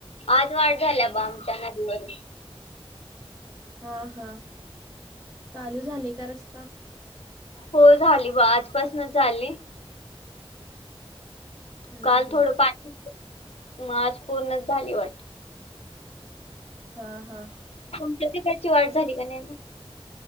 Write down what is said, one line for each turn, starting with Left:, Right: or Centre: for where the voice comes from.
Left: आज वाढ झाल्या बा आमच्या नदीवरून.
Right: हा हा चालू झालंय का रस्ता?
Left: हो झाली बा आज पासनच झाली.
Right: हम्म
Left: काल
Right: हम्म
Left: थोड पानी, म आज पूर्णच झाली वाट.
Right: हा हा.
Left: तुमच्या तीकडची वाट झाली का नाय म?